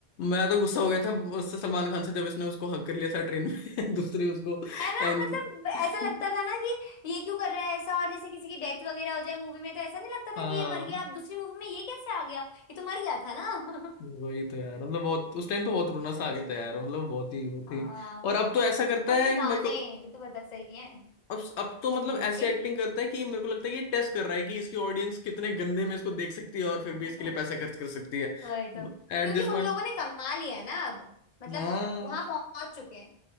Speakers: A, on the left (about 80°); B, on the left (about 45°).
A: मैं तो गुस्सा हो गया था उससे सलमान खान से जब इसने उसको हक कर लिया था ट्रेन में <laughs> दूसरी उसको
B: है ना
A: एंड
B: मतलब
A: <laughs>
B: ऐसा लगता था ना कि ये क्यों कर रहा है ऐसा और जैसे किसी की डेथ वगैरह हो जाए मूवी में तो ऐसा नहीं लगता
A: हाँ
B: था कि ये मर गया अब दूसरी मूवी में ये कैसे आ गया ये तो मर गया था ना <laughs>
A: वही तो यार मतलब बहुत उस टाइम तो बहुत रोना सा
B: सच
A: आ गया
B: में
A: था यार मतलब बहुत ही वो
B: हाँ
A: थी और अब तो ऐसा करता
B: और उसके
A: है
B: गाने
A: मेरे को
B: भी तो पता सही है
A: अब अब तो मतलब
B: उस मूवी
A: ऐसी
B: के
A: एक्टिंग करता है कि मेरे को लगता है कि ये टेस्ट कर रहा है कि इसकी ऑडियंस कितने गंदे में इसको देख सकती है और फिर
B: <laughs>
A: भी इसके लिए पैसे खर्च कर सकती है
B: वही तो क्योंकि
A: At this point
B: उन लोगों ने कमा लिया है ना अब मतलब
A: हाँ
B: वो वहां पहुंच चुके हैं